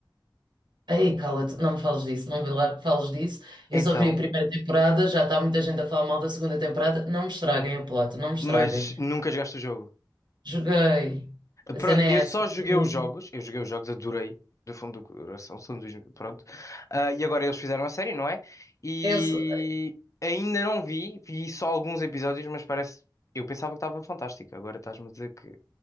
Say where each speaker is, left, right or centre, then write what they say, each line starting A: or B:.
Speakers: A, on the right; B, on the left.
A: Ei, cala-te, não me fales disso, não me la- fales disso. Eu
B: Então,
A: só vi a primeira temporada, já está muita gente a falar mal da segunda temporada. Não me estraguem o plot, não me estraguem.
B: mas nunca jogaste o jogo.
A: Joguei. A
B: Pronto,
A: cena é
B: eu
A: essa.
B: só joguei
A: Eu,
B: os jogos, eu joguei os jogos, adorei, do fundo do coração, são dos, pronto. Ah, e agora eles fizeram a série, não é? E
A: eu, sou-
B: ainda não vi, vi só alguns episódios, mas parece, eu pensava que estava fantástico, agora estás-me a dizer que